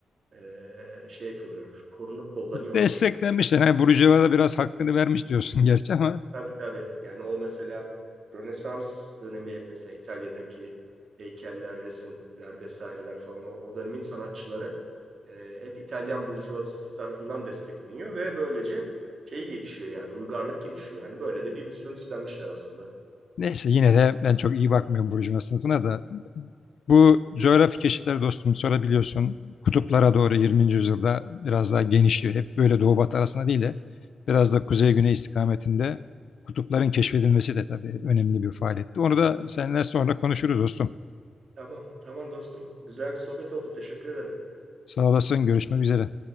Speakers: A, on the right; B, on the left.
A: e, şey yapıyorlar, korunup kollanıyorlar.
B: desteklenmişler. Hani Burcuva'ya da biraz hakkını vermiş diyorsun <laughs> gerçi ama
A: Tabii tabii. Yani o mesela Rönesans dönemi mesela İtalya'daki heykeller, resimler vesaireler falan o, o dönemin sanatçıları e, hep İtalyan burjuvazisi tarafından destekleniyor ve böylece şey gelişiyor yani uygarlık gelişiyor. Hani böyle de bir misyon üstlenmişler aslında.
B: neyse yine de ben çok iyi bakmıyorum Burcuva sınıfına da. Bu coğrafi keşifler dostum sonra biliyorsun kutuplara doğru 20. yüzyılda biraz daha genişliyor. Hep böyle doğu batı arasında değil de biraz da kuzey güney istikametinde kutupların keşfedilmesi de tabii önemli bir faaliyetti. Onu da seninle sonra konuşuruz dostum.
A: Tamam, tamam dostum. Güzel bir sohbet oldu. Teşekkür ederim.
B: Sağ olasın görüşmek üzere.